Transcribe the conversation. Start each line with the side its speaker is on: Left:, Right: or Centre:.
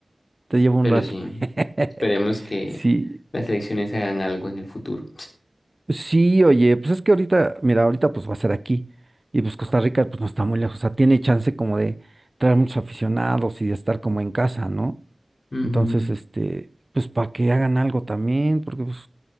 Right: te lleva un
Left: Pero
Right: rato.
Left: sí,
Right: <laughs>
Left: esperemos que
Right: Sí,
Left: las elecciones hagan algo en el futuro.
Right: sí, oye, pues es que ahorita, mira, ahorita pues va a ser aquí. Y pues Costa Rica pues no está muy lejos. O sea, tiene chance como de traer muchos aficionados y de estar como en casa, ¿no?
Left: <laughs> Ujú.
Right: Entonces, este, pues para que hagan algo también, porque pues